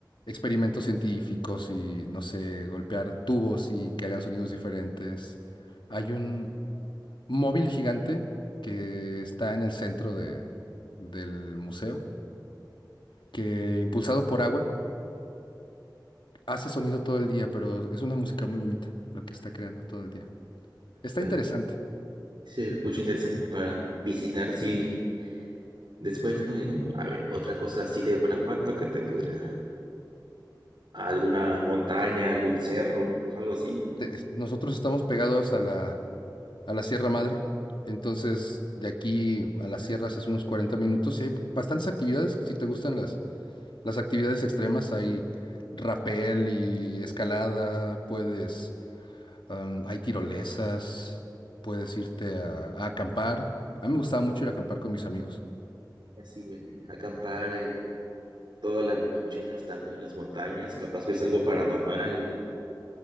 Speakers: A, on the left (about 85°); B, on the right (about 70°).
A: experimentos científicos y, no sé, golpear tubos y que hagan sonidos diferentes. Hay un móvil gigante que está en el centro de, del museo que impulsado por agua, hace sonido todo el día, pero es una música muy bonita lo que está creando todo el día. Está
B: está.
A: interesante.
B: se escucha interesante, ¿no? Para visitar, sí, después, ¿no? Y, uh, a ver, otra cosa así de Guanajuato que te podría. Alguna montaña, algún cerro, algo así.
A: Te- es- nosotros estamos pegados a la, a la Sierra Madre, entonces de aquí a las sierras es unos 40 minutos y hay bastantes actividades. Si te gustan las, las actividades extremas, hay rapel y escalada, puedes, am, hay tirolesas, puedes irte a, a acampar. A mí me gustaba mucho ir a acampar con mis amigos.
B: Así, ve, acampar en toda la noche, no estando en las montañas, capaz ves algo paranormal,